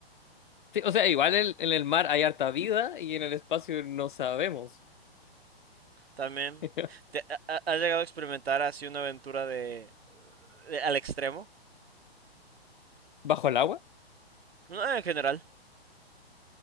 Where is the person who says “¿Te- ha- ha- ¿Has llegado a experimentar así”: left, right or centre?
Right